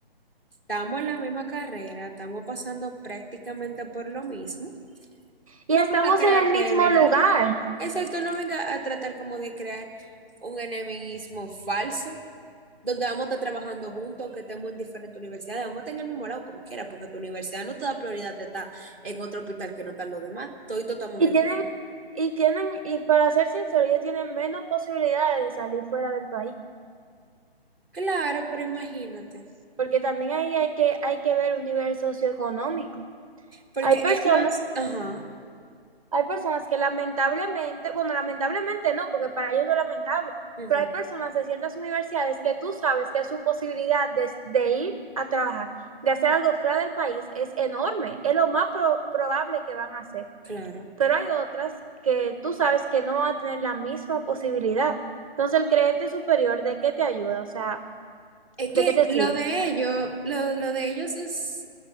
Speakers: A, in the centre; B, on the right (about 35°).
A: estamos en la misma carrera, estamos pasando prácticamente por lo mismo
B: Y
A: No
B: estamos
A: venga a crearte
B: en el mismo
A: enemigos.
B: lugar.
A: Exacto, no venga a tratar como de crear un enemismo falso, donde vamos a estar trabajando juntos, aunque estemos en diferentes universidades, vamos a estar en el mismo lado como quiera, porque tu universidad no te da prioridad de estar en otro hospital que no están los demás. Todos estamos
B: Y
A: en el
B: tienen,
A: mismo.
B: y tienen, y para ser sincero, ellos tienen menos posibilidades de salir fuera del país,
A: Claro, pero imagínate.
B: porque también ahí hay que, hay que ver un nivel socioeconómico.
A: Porque
B: Hay personas,
A: ellos, ajá,
B: hay personas que lamentablemente, bueno, lamentablemente no, porque para ellos no es lamentable,
A: ujú,
B: pero hay personas de ciertas universidades que tú sabes que su posibilidad de, de ir a trabajar, de hacer algo fuera del país es enorme, es lo más pro- probable que van a hacer.
A: claro.
B: pero hay otras que tú sabes que no van a tener la misma posibilidad. Entonces, el creerte superior, ¿de qué te ayuda? O sea,
A: Es que
B: ¿de qué te
A: lo
B: sirve?
A: de ellos, lo, lo de ellos es